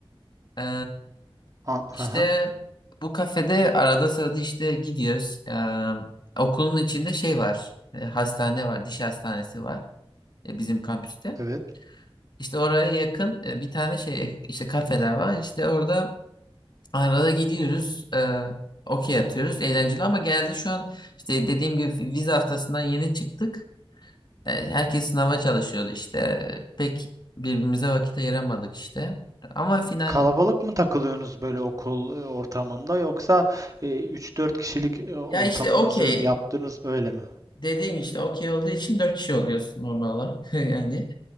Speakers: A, on the left (about 50°); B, on the right (about 35°).
A: E,
B: aha,
A: işte bu kafede arada sırada işte gidiyoruz. E, okulun içinde şey var e, hastane var diş hastanesi var e, bizim kampüste.
B: evet.
A: İşte oraya yakın e, bir tane şey işte kafeler var işte orada. Arada gidiyoruz, e, okey atıyoruz. Eğlenceli ama geldi şu an işte dediğim gibi vize haftasından yeni çıktık. E, herkes sınava çalışıyordu işte. Pek birbirimize vakit ayıramadık işte. Ama final
B: Kalabalık mı takılıyorsunuz böyle okul e, ortamında yoksa e, 3-4 kişilik e, ortamınızı
A: ya işte okey
B: yaptınız öyle mi?
A: dediğim işte okey olduğu için dört kişi oluyorsun normal olarak <laughs> yani.